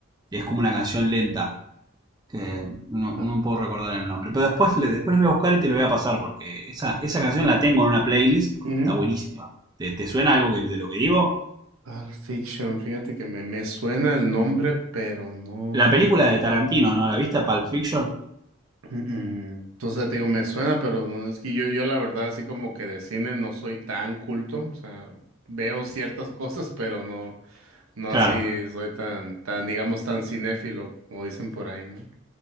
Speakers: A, on the right (about 20°); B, on the right (about 70°).
A: es como una canción lenta que no,
B: Ah,
A: no puedo recordar el nombre. Pero después, le- después voy a buscar y te lo voy a pasar porque esa, esa canción la tengo en una playlist porque
B: ujú.
A: está buenísima. ¿Te, te suena algo que- de lo que digo?
B: Pulp Fiction, fíjate que me, me suena el nombre, pero no.
A: La película de Tarantino, ¿no? ¿La viste? Pulp Fiction.
B: Mm, Entonces te digo, me suena, pero no es que yo, yo la verdad, así como que de cine no soy tan culto. O sea, veo ciertas <laughs> cosas, pero no, no
A: Claro.
B: así soy tan, tan, digamos, tan cinéfilo, como dicen por ahí, ¿no?